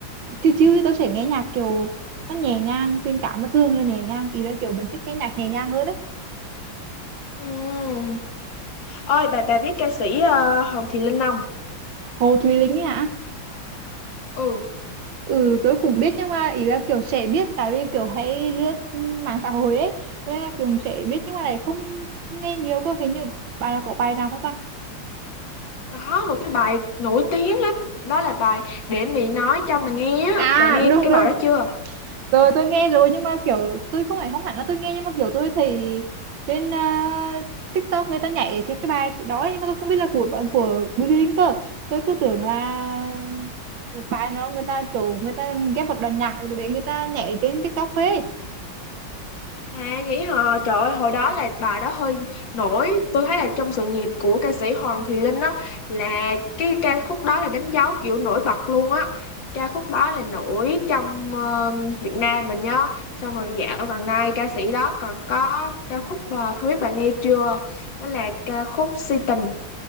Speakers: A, on the right; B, on the left.
A: chill chill thì tôi sẽ nghe nhạc kiểu nó nhẹ nhàng tình cảm mà thường là nhẹ nhàng ý là kiểu vẫn thích nghe nhạc nhẹ nhàng hơn đấy
B: Ừm, ơi bà bà biết ca sĩ ờ, Hồng Thị Linh không
A: Hồ Thùy Linh ấy ạ
B: ừ
A: Ừ, tôi cũng biết nhưng mà ý là kiểu sẽ biết tại vì kiểu hay lướt mạng xã hội ấy cho nên là kiểu sẽ biết nhưng mà lại không không nghe nhiều cơ hình như bài là có bài nào không ta
B: có một cái bài nổi tiếng lắm đó là bài để Mỹ nói cho mà nghe
A: à
B: á bà nghe
A: đúng
B: cái
A: đúng
B: bài đó chưa
A: tôi tôi nghe rồi nhưng mà kiểu tôi không phải không hẳn là tôi nghe nhưng mà kiểu tôi thấy trên à, TikTok người ta nhảy thì cái bài đó ấy, nhưng mà tôi không biết là của của Bùi Thị Linh cơ tôi cứ tưởng là một bài nó người ta kiểu người ta ghép một đoạn nhạc để người ta nhảy trên TikTok ấy
B: À vậy hả? Trời ơi, hồi đó là bà đó hơi nổi. Tôi thấy là trong sự nghiệp của ca sĩ Hoàng Thùy Linh á là cái ca khúc đó là đánh dấu kiểu nổi bật luôn á. Ca khúc đó là nổi trong ờ, Việt Nam mình nhớ. Xong rồi dạo gần đây ca sĩ đó còn có ca khúc ờ, không biết bạn nghe chưa? Đó là ca khúc Si Tình